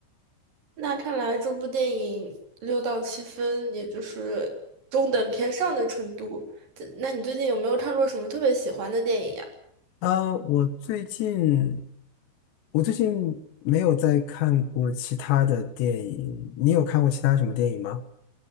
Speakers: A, on the right; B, on the left.
A: 那看来这部电影六到七分，也就是中等偏上的程度。这那你最近有没有看过什么特别喜欢的电影呀？
B: 啊，我最近我最近没有再看过其他的电影，你有看过其他什么电影吗？